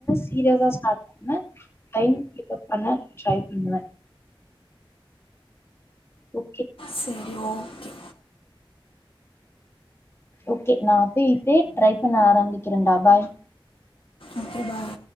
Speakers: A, on the left; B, on the left.
A: சீரியஸா ஸ்டார்ட் பண்ணுவ. டைம் கீப்பப் பண்ண ட்ரை பண்ணுவ ஓ
B: சரி ஓகே
A: ஓகே நான் அப்பய இப்ப ட்ரை பண்ண ஆரம்பிக்கிறேன்டா பாய்
B: ஓகே பாய்